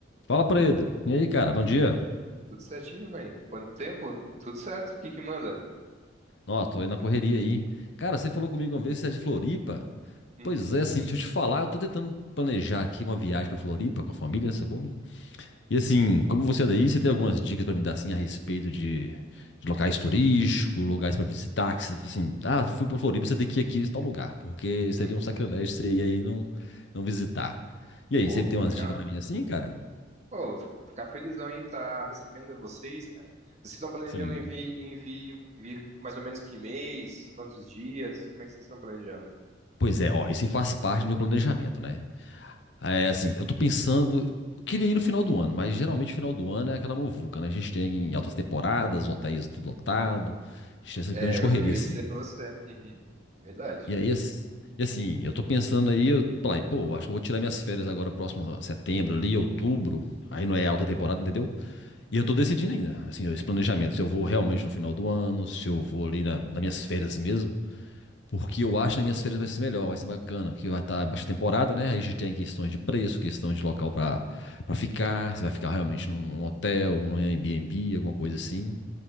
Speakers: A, on the left; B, on the right.
A: Fala, Pedro. E aí, cara? Bom dia.
B: Tudo certinho, Vani. Quanto tempo? Tudo certo. O que que manda?
A: Ó, tô aí na correria aí. Cara, você falou comigo uma vez que você é de Floripa?
B: Uhum,
A: Pois é, assim, deixa eu te falar, eu tô tentando planejar aqui uma viagem pra Floripa com a família, sacou? E assim, como você é daí, você tem algumas dicas pra me dar, assim, a respeito de, de locais turísticos, lugares pra visitar, que você, assim, ah, fui pra Floripa, você tem que ir aqui em tal lugar, porque
B: uhum.
A: seria um sacrilégio você ir aí e não, não visitar. E aí,
B: Pô,
A: você tem
B: que
A: umas
B: legal.
A: dicas pra mim assim, cara?
B: Pô, vou ficar felizão em estar recebendo vocês, cara. Vocês estão planejando
A: Sim.
B: em vir, em vir, vir mais ou menos que mês? Quantos dias? Como é que vocês estão planejando?
A: Pois é, ó, isso aí faz parte do meu planejamento, né? É, assim, eu tô pensando. Eu queria ir no final do ano, mas geralmente o final do ano é aquela muvuca, né? A gente tem altas temporadas, hotéis tudo lotado, a gente tem essa
B: É,
A: grande
B: é
A: correria,
B: o que eu
A: assim.
B: ia dizer pra você. Uhum, verdade.
A: E aí, ass- e assim, eu tô pensando aí, eu falei, pô, acho que eu vou tirar minhas férias agora próximo a setembro ali, outubro. Aí não é alta temporada, entendeu? E
B: Uhum.
A: eu tô decidindo ainda, assim, esse planejamento, se eu vou realmente no final do ano, se eu vou ali na, nas minhas férias mesmo. Porque eu acho que nas minhas feiras vai ser melhor, vai ser bacana. Que vai estar baixa temporada, né? Aí a gente tem questões de preço, questão de local para para ficar. Se vai ficar realmente num hotel, num Airbnb, alguma coisa assim.